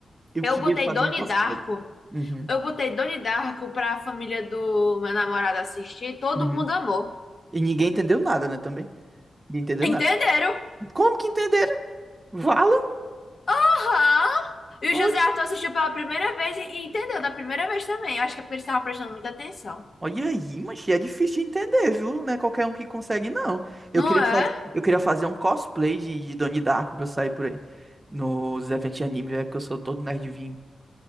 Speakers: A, on the right (about 25°); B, on the left (about 45°).
A: eu
B: eu
A: queria
B: botei
A: fazer
B: Doni
A: um cosplay.
B: Darko,
A: Uhum,
B: eu botei Doni Darko para a família do meu namorado assistir, todo
A: uhum.
B: mundo amou.
A: E ninguém entendeu nada, né, também? Ninguém entendeu
B: Entenderam?
A: nada. Como que entenderam? Vala?
B: Hã? E o José
A: Oxi.
B: Arthur assistiu pela primeira vez e e entendeu da primeira vez também. Eu acho que é porque eles estavam prestando muita atenção.
A: Olha aí, mas é difícil de entender, viu? Não é qualquer um que consegue, não. Eu
B: Não
A: queria
B: é?
A: fazer, eu queria fazer um cosplay de, de Donnie Darko pra eu sair por aí. Nos eventos de anime, é porque eu sou todo nerdzinho